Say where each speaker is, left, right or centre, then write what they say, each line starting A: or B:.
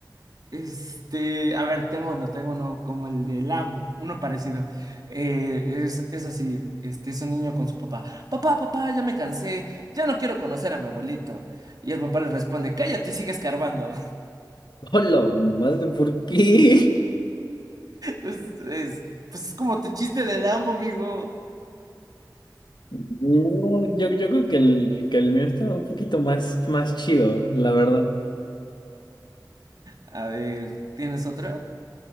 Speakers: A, on the right; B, on the left.
A: este, a ver, tengo uno, tengo uno como el de Lambo, uno parecido. Eh, es, es así, este, es un niño con su papá. Papá, papá, ya me cansé, ya no quiero conocer a mi abuelito. Y el papá le responde, cállate y sigue escarbando.
B: Hola, madre, ¿por qué?
A: Pues es, pues es como tu chiste del Lambo, amigo.
B: No, yo, yo creo que el, que el mío estaba un poquito más, más chido, la verdad.
A: A ver, ¿tienes otra?